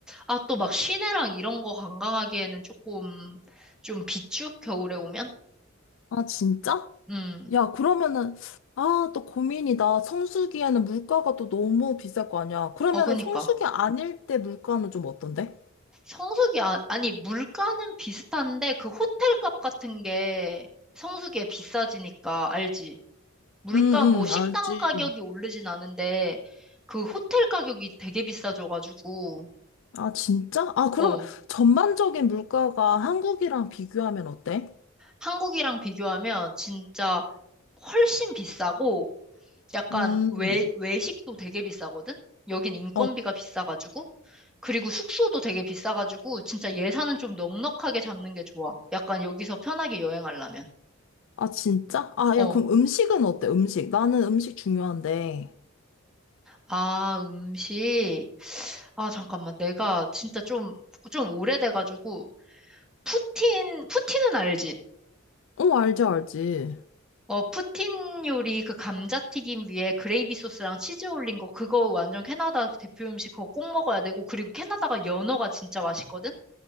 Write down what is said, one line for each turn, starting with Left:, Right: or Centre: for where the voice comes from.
Centre: 아, 또 막 시내랑 이런 거 관광하기에는 조금 좀 비추? 겨울에 오면?
Left: 아, 진짜?
Centre: 음.
Left: 야, 그러면은, 아, 또 고민이다. 성수기에는 물가가 또 너무 비쌀 거 아니야. 그러면은
Centre: 어, 그니까.
Left: 성수기 아닐 때 물가는 좀 어떤데?
Centre: 성수기, 아, 아니, 물가는 비슷한데, 그 호텔 값 같은 게 성수기에 비싸지니까, 알지? 물가,
Left: 응,
Centre: 뭐, 식당
Left: 응, 알지.
Centre: 가격이 오르진 않은데, 그 호텔 가격이 되게 비싸져가지고,
Left: 아, 진짜? 아, 그러면
Centre: 어,
Left: 전반적인 물가가 한국이랑 비교하면 어때?
Centre: 한국이랑 비교하면 진짜 훨씬 비싸고, 약간
Left: 음.
Centre: 외, 외식도 되게 비싸거든? 여긴 인건비가
Left: 어
Centre: 비싸가지고, 그리고 숙소도 되게 비싸가지고 진짜 예산은 좀 넉넉하게 잡는 게 좋아. 약간 여기서 편하게 여행하려면.
Left: 아, 진짜? 아,
Centre: 어.
Left: 야, 그럼 음식은 어때? 음식. 나는 음식 중요한데.
Centre: 아, 음식. 아, 잠깐만. 내가 진짜 좀, 좀 오래돼가지고, 푸틴, 푸틴은 알지?
Left: 어, 알지, 알지.
Centre: 어, 푸틴 요리 그 감자튀김 위에 그레이비 소스랑 치즈 올린 거, 그거 완전 캐나다 대표 음식 그거 꼭 먹어야 되고, 그리고 캐나다가 연어가 진짜 맛있거든?